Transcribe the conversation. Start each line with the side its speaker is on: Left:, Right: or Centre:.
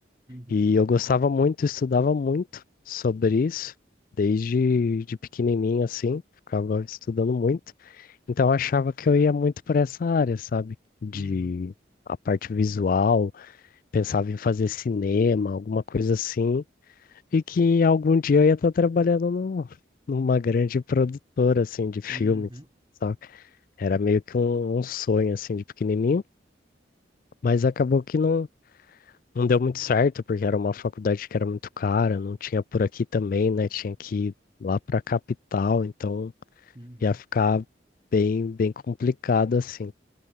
Right: uhum,
Left: e eu gostava muito, estudava muito sobre isso, desde de pequenininho assim, ficava estudando muito, então eu achava que eu ia muito para essa área, sabe? De
Right: uhum,
Left: a parte visual, pensava em fazer cinema, alguma coisa assim, e que algum dia eu ia estar trabalhando num- numa grande produtora, assim, de filmes,
Right: uhum,
Left: sabe? Era meio que um, um sonho, assim, de pequenininho, mas acabou que não, não deu muito certo, porque era uma faculdade que era muito cara, não tinha por aqui também, né? Tinha que ir lá pra capital, então
Right: uhum,
Left: ia ficar bem, bem complicado, assim.